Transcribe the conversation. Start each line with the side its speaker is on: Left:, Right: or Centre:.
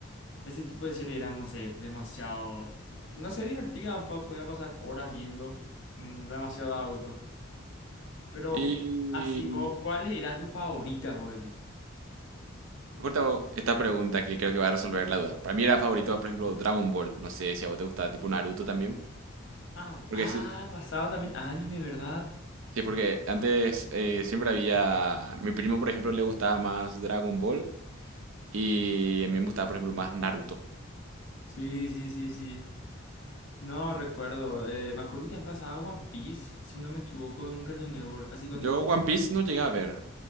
Left: ese tipo de serie eran, no sé, demasiado, no sé, divertida, po- podía pasar horas viendo, mm, demasiado a gusto. Pero
Right: Y
Left: así vos, ¿cuáles eran tus favoritas, vos decís?
Right: mejor te hago esta pregunta que creo que va a resolver la duda. Para mí era favorito, por ejemplo, Dragon Ball. No sé si a vos te gustaba tipo Naruto también.
Left: Ah,
Right: Porque
Left: ah,
Right: sí,
Left: pasaba también anime, ¿verdad?
Right: sí, porque antes eh, siempre había... Mi primo, por ejemplo, le gustaba más Dragon Ball y a mí me gustaba, por ejemplo, más Naruto.
Left: Sí, sí, sí, sí. No recuerdo. eh, me acuerdo que también pasaba One Piece, si no me equivoco, en Cartoon Network. Así cuando.
Right: Yo One Piece no llegué
Left: eh,
Right: a ver.